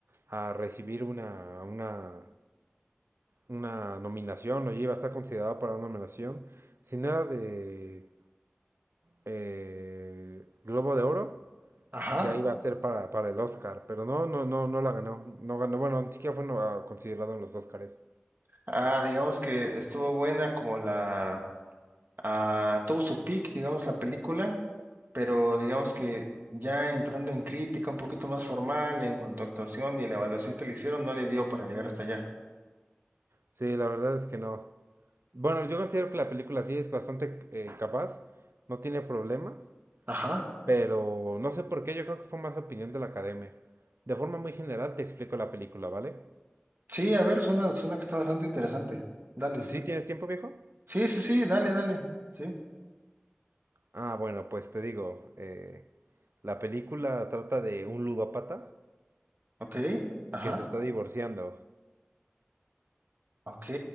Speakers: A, on the right; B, on the right.
A: a recibir una, una, una nominación, o ya iba a estar considerado para una nominación. Si no era de eh, Globo de Oro,
B: Ajá.
A: ya iba a ser para, para el Oscar, pero no, no, no, no la ganó. No ganó, bueno, ni siquiera fue no- considerado en los Oscars.
B: Ah, digamos que estuvo buena como la... ah, tuvo su peak, digamos, la película, pero digamos que ya entrando en crítica un poquito más formal en cuanto a actuación y la evaluación que le hicieron, no le dio para llegar hasta allá.
A: Sí, la verdad es que no. Bueno, yo considero que la película sí es bastante eh, capaz, no tiene problemas.
B: Ajá.
A: Pero no sé por qué, yo creo que fue más opinión de la academia. De forma muy general te explico la película, ¿vale?
B: Sí, a ver, suena, suena que está bastante interesante. Dale, sí.
A: ¿Sí tienes tiempo, viejo?
B: Sí, sí, sí, dale, dale. Sí.
A: Ah, bueno, pues te digo, eh, la película trata de un ludópata
B: Ok. Ajá.
A: que se está divorciando.
B: Ok,